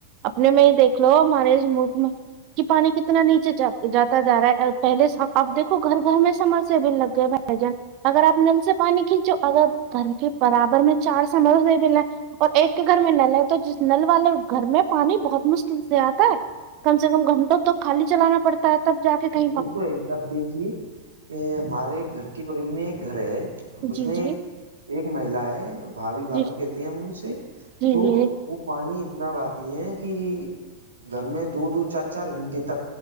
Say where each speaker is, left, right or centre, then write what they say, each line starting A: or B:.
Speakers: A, on the right; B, on the right.
A: اپنے میں ہی دیکھ لو ہمارے اس ملک میں کہ پانی کتنا نیچے جاتا جا رہا ہے پہلے اب دیکھو گھر گھر میں سمر سے بل لگ بھائی جان اگر آپ نل سے پانی کھینچو اگر گھرم کے برابر میں چار سمرس دے دین اور ایک کے گھر میں نل ہے تو جس نل والے گھر میں پانی بہت مشکل سے آتا ہے کم سے کم گھٹوں تو خالی چلانا پڑتا ت تب جا کے کہی
B: وہ تو ہے اب دیکھیے ا ہمارے گھر کی بغل میں ایک گھر ہے اس
A: جی
B: میں
A: جی
B: ایک ایک مہیلا ہے بھابھی بھابھی
A: جی
B: کہتے ہیں ہم اسے
A: جی
B: تو وہ پانی اتنا بہاتی ہے کی گھر میں دو دو چار چار گھنٹے تک